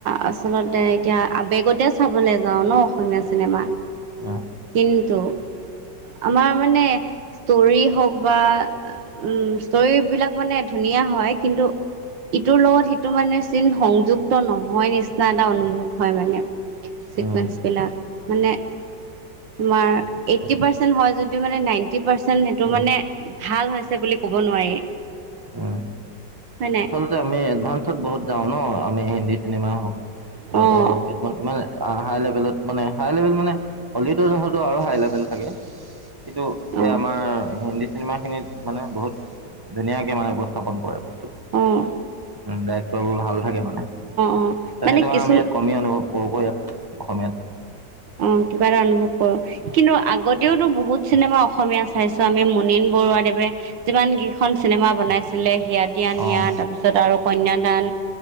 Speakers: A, on the right; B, on the right.
A: আচলতে এতিয়া আবেগতে চাবলে যাও ন অসমীয়া চিনেমা
B: উম
A: কিন্তু আমাৰ মানে ষ্টৰি হওক বা উম ষ্টৰি বিলাক মানে ধুনীয়া ধুনীয়া হয় কিন্তু ইটোৰ লগত সিটো মানে চিন সংযুক্ত নহয় নিচিনা এটা অনুভৱ হয় মানে। চিকুৱেঞ্চবিলাক
B: উম
A: মানে তোমাৰ এইটি পাৰ্চেন্ত হয় যদিও মানে নাইন্তি পাৰ্চেন্ত সেইটো
B: উম
A: মানে ভাল হৈছে বুলি কব নোৱাৰি।
B: উম
A: হয় নাই
B: আচলতে আমি এডভান্সত বহুত যাওঁ ন আমি হিন্দী চিনেমা হওক চাতৰ
A: অঁ
B: হওক কিছুমান ইমান হাই লেভেলত মানে হাই লেভেল মানে হলিউডৰ জহৰটো আৰু হাই লেভেল থাকে। কিন্তু
A: অঁ
B: এ আমাৰ হিন্দী চিনেমা খিনিত মানে বহুত ধুনীয়াকে মানে উপস্থাপন কৰে মানে।
A: উম্।
B: উ ডাইক্টৰ বোৰ ভাল থাকে মানে ত
A: অ', মানে
B: সেইটো কাৰণে
A: কিছুম
B: আমি ইয়াত কমি অনুভৱ কৰো ক ইয়াত। অসমীয়াত।
A: অ কিবা এটা অনুভৱ কৰো কিন্তু আগতেওতো বহুত চিনেমা অসমীয়া চাইছো আমি মুনিন বৰুৱাদেৱে যিমান কেইখন চিনেমা বনাইছিলে সিয় দিয়া নিয়া
B: অঁ
A: তাৰপিছত আৰু কন্যাদান